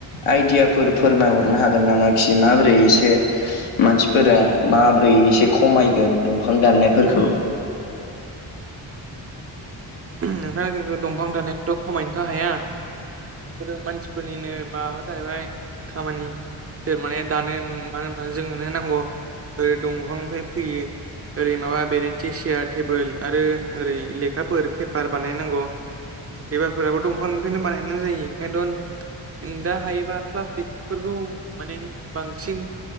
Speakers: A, on the left; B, on the right.
A: आइडियाफोर फोरमायहरनो हागोन नामा खि माबोरै स से मानसिफोरा माब्रै एसे खमायगोन दंफां दाननायफोरखौ
B: नोंथाङा जोंथ' दंफां दानायखौथ' खमायनोथ' हाया। बेफोरो मानसिफोरनिनो माबा जाहैबाय खामानि। सोर माने दानो मानो होनबा जोंनोनो नांगौ ओ दंफांनिफ्राय फैयो। ओरै माबा बेरेन्थि सेयार टेबोल आरो ओरै लेखाफोर पेपार बानायनांगौ। बेबारफोराबो दंफांनिफ्रायनो बानायनाय जायो ओंखायनथन दा हायोबा प्लास्टिकफोरखौ माने बांसिन